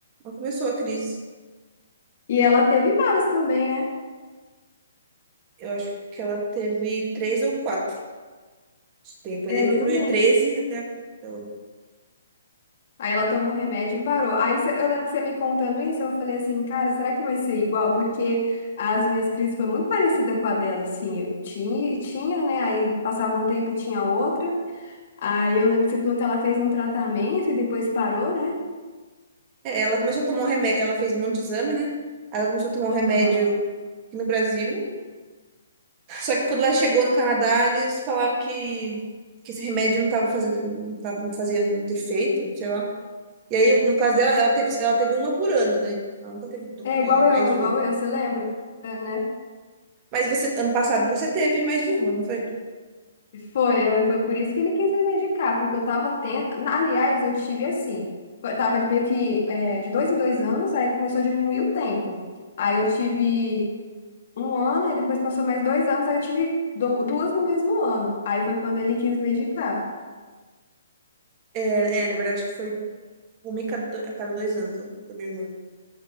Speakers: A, on the right; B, on the left.
A: começou a crise.
B: E ela teve várias também, né?
A: Eu acho que ela teve três ou quatro. Esse tempo, foi
B: É,
A: desde
B: eu
A: 2013
B: também.
A: até... até hoje.
B: Aí ela tomou remédio e parou. Aí cê- eu lembro que você me contando isso, eu falei assim, cara, será que vai ser igual? Porque as minhas crises foram muito parecidas com a dela, assim. Eu tinha, tinha, né? Aí passava um tempo e tinha outra. Aí eu lembro que você falou que ela fez um tratamento e depois parou, né?
A: É, ela começou a tomar um remédio, ela fez um monte de exame, né? Aí Ela começou a tomar um remédio
B: Aham.
A: aqui no Brasil. Só que quando ela chegou no Canadá, eles falaram que, que esse remédio não estava fazendo, não tava, não fazia muito efeito, sei lá. E aí, no caso dela, ela teve, ela teve uma por ano, né? Ela nunca teve du-
B: É igual
A: é,
B: eu,
A: mais
B: igual
A: de uma.
B: eu, você lembra, né?
A: Mas você, ano passado você teve mais de uma, não foi?
B: Foi, é, foi por isso que ele quis me medicar, porque eu tava tendo. na- Aliás, eu tive assim, foi- tava de meio que é, de dois em dois anos, aí começou a diminuir o tempo. Aí eu tive um ano, aí depois passou mais dois anos, aí eu tive du- duas no mesmo ano. Aí foi quando ele quis medicar.
A: É, é, na verdade, acho que foi uma em cada, do- a cada dois anos, né? Da minha irmã.